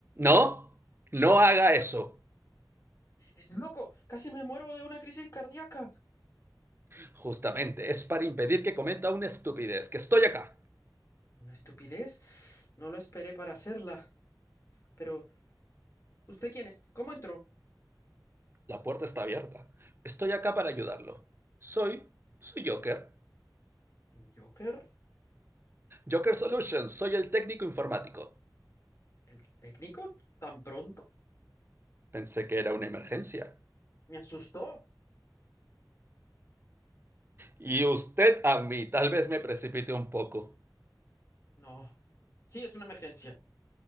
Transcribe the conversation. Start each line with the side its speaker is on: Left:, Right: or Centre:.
Right: No, no haga eso.
Left: ¡Estás loco! ¡Casi me muero de una crisis cardíaca!
Right: Justamente, es para impedir que cometa una estupidez, que estoy acá.
Left: Una estupidez. No lo esperé para hacerla. Pero, ¿usted quién es? ¿Cómo entró?
Right: La puerta está abierta. Estoy acá para ayudarlo. Soy, soy Joker.
Left: ¿El Joker?
Right: Joker Solutions, soy el técnico informático.
Left: ¿El técnico? ¿Tan pronto?
Right: Pensé que era una emergencia.
Left: Me asustó.
Right: Y usted a mí, tal vez me precipite un poco.
Left: No. Sí, es una emergencia.